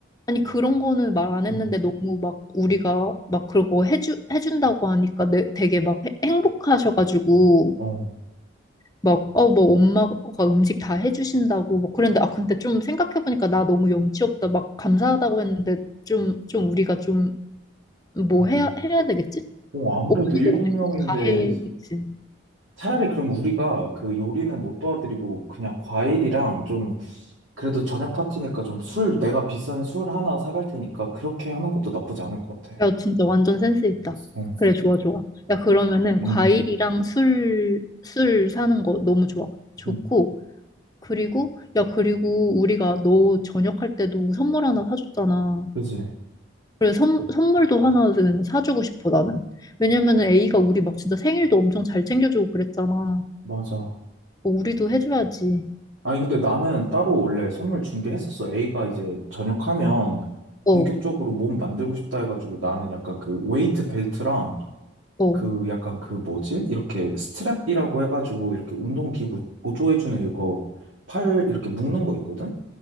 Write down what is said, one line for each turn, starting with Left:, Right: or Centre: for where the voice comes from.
Left: 아니, 그런 거는 말 안 했는데
Right: 음,
Left: 너무 막 우리가 막 그러고 해주, 해준다고 하니까 내, 되게 막 해- 행복하셔가지고
Right: 어.
Left: 막, 어, 뭐 엄마가 음식 다 해주신다고 막 그랬는데, 아, 근데 좀 생각해보니까 나 너무 염치 없다. 막 감사하다고 했는데 좀, 좀 우리가 좀 뭐
Right: 음.
Left: 해야, 해야 되겠지?
Right: 어, 아무래도
Left: 어머니도
Right: 일곱
Left: 우리
Right: 명인데,
Left: 거다 해겠지
Right: 차라리 그럼 우리가 그 요리는 못 도와드리고, 그냥 과일이랑 좀, 그래도 저녁 파티니까 좀 술, 내가 비싼 술 하나 사갈 테니까, 그렇게 하는 것도 나쁘지 않을 것 같아.
Left: 야, 진짜 완전 센스 있다.
Right: 어,
Left: 그래, 좋아, 좋아. 야, 그러면은
Right: 음,
Left: 과일이랑 술, 술 사는 거 너무 좋아. 좋고,
Right: 음,
Left: 그리고, 야, 그리고 우리가 너 저녁할 때도 선물 하나 사줬잖아.
Right: 그지?
Left: 그래, 선, 선물도 하나는 사주고 싶어, 나는. 왜냐면은 A가 우리 막 진짜 생일도 엄청 잘 챙겨주고 그랬잖아.
Right: 맞아.
Left: 어, 우리도 해줘야지.
Right: 아니, 근데 나는 따로 원래 선물 준비했었어. A가 이제 전역하면
Left: 어,
Right: 본격적으로 몸 만들고 싶다 해가지고 나는 약간 그 웨이트 벨트랑
Left: 어,
Right: 그 약간 그 뭐지? 이렇게 스트랩이라고 해가지고 이렇게 운동기구 보조해주는 이거 팔 이렇게 묶는 거 있거든?